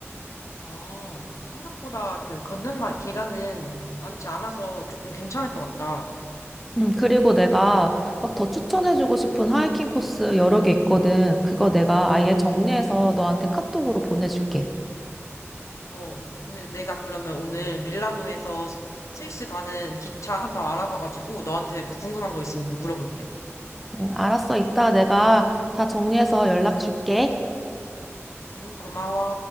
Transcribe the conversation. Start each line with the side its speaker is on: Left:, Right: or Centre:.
Left: 아, 생각보다 그 걷는 날 기간은 많지 않아서 조금 괜찮을 것 같다.
Centre: 음, 그리고 내가 막 더 추천해주고
Left: 응,
Centre: 싶은 하이킹 코스 여러 개 있거든. 그거 내가 아예
Left: 응,
Centre: 정리해서
Left: 응.
Centre: 너한테 카톡으로 보내줄게.
Left: 어, 오늘 내가 그러면 오늘 밀라노에서 스- 스위스 가는 기차 한번 알아봐가지고 너한테 궁금한 거 있으면 좀 물어볼게.
Centre: 응, 알았어. 이따 내가 다 정리해서 연락 줄게.
Left: 응, 고마워.